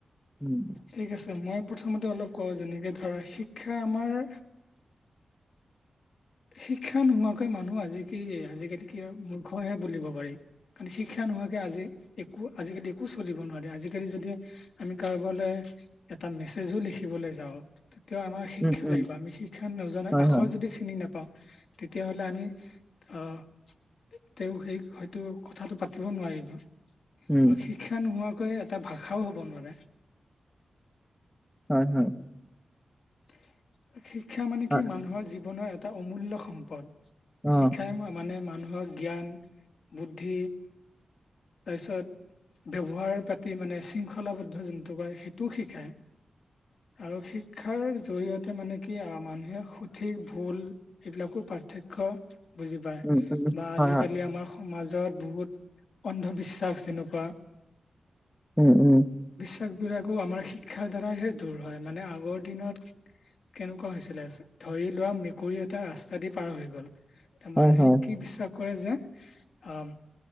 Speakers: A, in the centre; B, on the left.
A: উম
B: ঠিক আছে মই প্ৰথমতে অলপ ক যেনেকে ধৰা শিক্ষা আমাৰ শিক্ষা নোহোৱাকৈ মানুহ আজিকালি। কি আজিকালি কি মূৰ্খহে বুলিব পাৰি কাৰণ শিক্ষা নোহোৱাকে আজি একো আজিকালি একো আজালি যদি আমি কাৰব এটা মেচজো লিখিবলৈ যাওঁ <unintelligible> আমাৰ শিক্ষা
A: উম উম
B: লাগিব আমি শিক্ষা নজনা
A: হয়
B: আখৰ
A: হয়
B: যদি চিনি নাপাওঁ <unintelligible> <unintelligible> তেতিয়াহলে আমি আহ <unintelligible> তেওঁ সেই হয়তো কথাটো পাতিব নোৱাৰিলোঁ।
A: উম
B: আৰু শিক্ষা নোহোৱাকৈ এটা ভাষাও হ'ব নোৱাৰে
A: হয় হয়
B: <inaudible> শিক্ষা মানে
A: হয়
B: কি মানুহৰ জীৱনৰ এটা এটা অমূল্য সম্পদ
A: অ
B: শিক্ষাই মানে মানুহক জ্ঞান বুদ্ধি তাৰপিছত- ব্যৱহাৰ পাতি মানে শৃংখলাবদ্ধ যোনটো কয় সেইটোও শিকায়। আৰু সে শিক্ষাৰ জৰিয়তে মানে কি মানুহে সঠিক ভুল এইবিলাকো পাৰ্থক্য বুজি পায়
A: উম উম
B: বা আজিকালি
A: হয় হয়
B: আমাৰ সমাজত বহুত অন্ধবিশ্বাস যেনেকুৱা
A: উম উম।
B: তাক বিলাকো আমাৰ শিক্ষাৰ দ্বাৰাইহে দূৰ হয় মানে আগত। দিনত, কেনেকুৱা হৈছিলে ধৰি লোৱা মেকুৰী এটা ৰাস্তা দি পাৰ হৈ গ'ল। এ
A: হয়
B: মানুহে
A: হয়
B: কি বিশ্বাস কৰে যে আহ